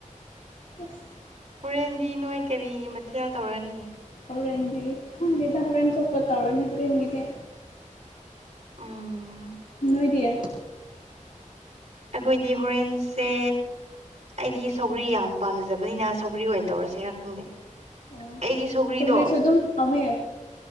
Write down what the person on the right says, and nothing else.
ꯍꯣꯔꯦꯟꯗꯤ ꯅꯣꯏ ꯀꯔꯤ ꯃꯊꯦꯜ ꯇꯧꯔꯅꯤ꯫
ꯎꯝ꯫
ꯑꯩꯈꯣꯏꯗꯤ ꯍꯣꯔꯦꯟꯁꯦ ꯑꯩꯗꯤ ꯁꯧꯒ꯭ꯔꯤ ꯌꯥꯝ ꯄꯥꯝꯖꯕꯅꯤꯅ ꯁꯧꯒ꯭ꯔꯤ ꯑꯣꯏꯅ ꯇꯧꯔꯁꯤꯔ ꯈꯪꯗꯦ꯫
ꯑꯩꯗꯤ ꯁꯧꯒ꯭ꯔꯤꯗꯣ